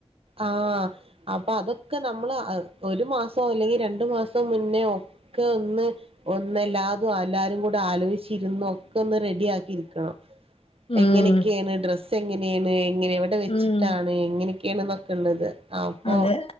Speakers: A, on the right; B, on the left.
A: ആഹ് അപ്പൊ അതൊക്കെ നമ്മള് അ ഒരു മാസോ അല്ലെങ്കിൽ രണ്ടു മാസോ മുന്നെയോ.? ക്ക ഒന്ന്. ഒന്നല്ലാതും അല്ലാരും കൂടെ ആലോചിച്ചിരുന്ന് ഒക്കെ ഒന്ന് റെഡിയാക്കിയിരിക്കണം.
B: ഉം
A: എങ്ങനെയൊക്കെയാണ് ഡ്രസ്സ് എങ്ങനേണ് എങ്ങനെ എവിടെ വെച്ചിട്ടാണ്.
B: ഉം
A: എങ്ങനെയൊക്കെയാണൊന്നൊക്കെള്ളത്. അപ്പൊ
B: അതെ